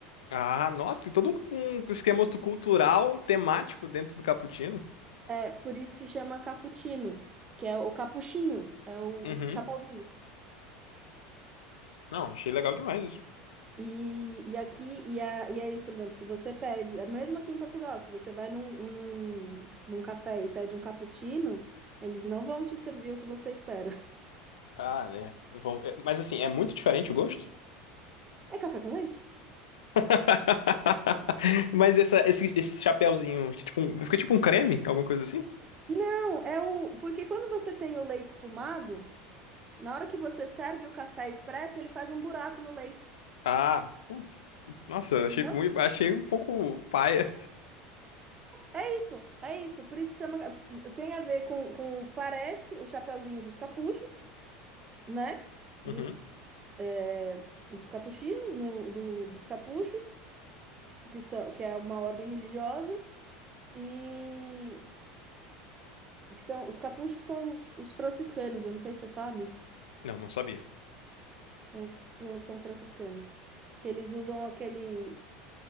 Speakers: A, on the left; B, on the right.
A: Ah, nossa, tem todo um, um esquema cultural, temático dentro do cappuccino.
B: É por isso que chama cappuccino, que é o capuchinho, é o,
A: Uhum.
B: o chapeuzinho.
A: Não, achei legal demais isso.
B: E, e aqui, e, a, e aí, por exemplo, se você pede, é mesmo aqui em Portugal, se você vai num, um, num, num café e pede um cappuccino, eles não vão te servir o que você espera. <laughs>
A: Ah, né? Vão- é, Mas assim, é muito diferente o gosto?
B: É café com leite?
A: <laughs> Mas essa- esse, esse chapéuzinho, que tipo, um- fica tipo um creme, alguma coisa assim?
B: Não, é o. Porque quando você tem o leite espumado, na hora que você serve o café expresso, ele faz um buraco no leite.
A: Ah, putz. Nossa,
B: Entendeu?
A: achei muito, achei um pouco paia.
B: É isso, é isso. Por isso que chama. Tem a ver com, com parece o chapeuzinho dos capuchos, né? Dos,
A: Uhum.
B: é, dos capuchinos, no, do- dos capuchos. que são, que é uma ordem religiosa, e, e que são, os capuchos são os, os franciscanos, eu não sei se você sabe,
A: Não, não sabia.
B: são, os fran- são franciscanos, que eles usam aquele,